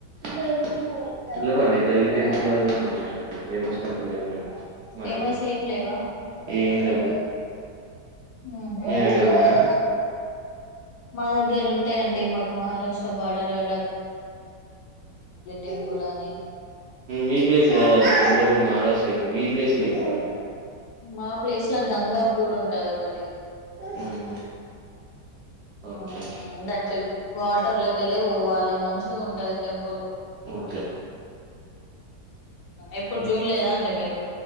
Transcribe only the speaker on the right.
లేవు లేవు అండి గల్లీ టెంపుల్లోనే ఉన్నాయి కంతే ఫేమస్ టెంపుల్ ఏమి లేవు మా
దగ్గర
ఏం లేవు
మీ దగ్గర ఉన్నాయా
ఉమ్
మీ ప్లేస్ కాదు అది చంద్రపూర్ మహారాష్ టెతూ మీ ప్లేసులు చెప్పండి
మ్మ్ ఓకే
ఓకే
మ్మ్